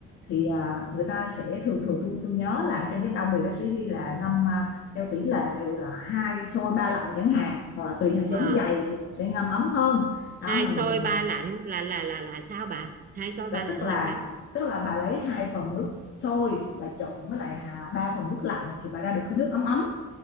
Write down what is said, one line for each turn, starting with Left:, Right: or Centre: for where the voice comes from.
Left: Thì à, người ta sẽ thường thường tôi tôi nhớ là trên cái bao bì nó sẽ ghi là ngâm à, theo tỷ lệ là hai sôi ba lạnh chẳng hạn hoặc là tùy hạt giống
Right: à,
Left: dày thì mình sẽ ngâm ấm hơn
Right: hai
Left: đó mình
Right: xôi
Left: mình
Right: ba lạnh là là là là sao bà hai xôi ba
Left: và
Right: lạnh
Left: tức là
Right: là sao
Left: tức là bà lấy hai phần nước sôi bà trộn với lại hà, ba phần nước lạnh thì bà ra được cái nước ấm ấm